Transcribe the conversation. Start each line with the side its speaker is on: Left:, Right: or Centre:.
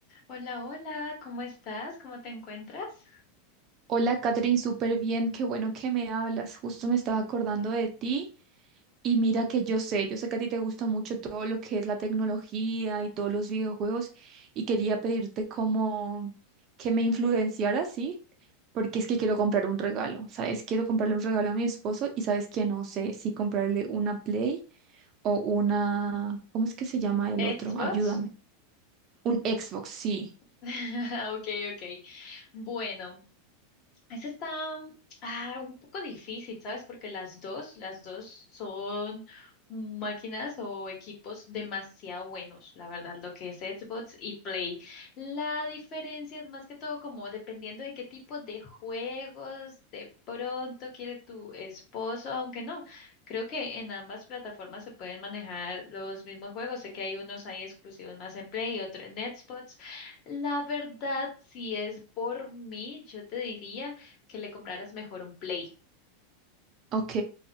Left: Hola, hola, ¿cómo estás? ¿Cómo te encuentras?
Right: Hola, Catherine, súper bien, qué bueno que me hablas. Justo me estaba acordando de ti y mira que yo sé, yo sé que a ti te gusta mucho todo lo que es la tecnología y todos los videojuegos y quería pedirte como que me influenciaras, ¿sí? Porque es que quiero comprar un regalo, ¿sabes? Quiero comprarle un regalo a mi esposo y sabes que no sé si comprarle una Play o una, ¿cómo es que se llama el otro?
Left: Xbox.
Right: Ayúdame. Un Xbox, sí.
Left: <laughs> Ok, ok. Bueno, Esa está ah, un poco difícil, ¿sabes? Porque las dos, las dos son máquinas o equipos demasiado buenos, la verdad, lo que es Xbox y Play. La diferencia es más que todo como dependiendo de qué tipo de juegos de pronto quiere tu esposo, aunque no, creo que en ambas plataformas se pueden manejar los mismos juegos. Sé que hay unos ahí exclusivos más en Play y otro en Xbox. La verdad, si es por mí, yo te diría que le compraras mejor un Play.
Right: Ok,